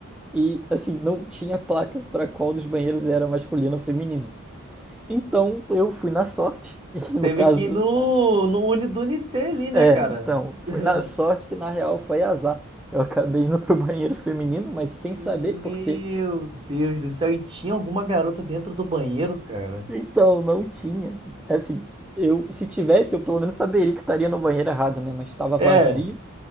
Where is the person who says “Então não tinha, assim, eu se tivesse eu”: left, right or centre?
Centre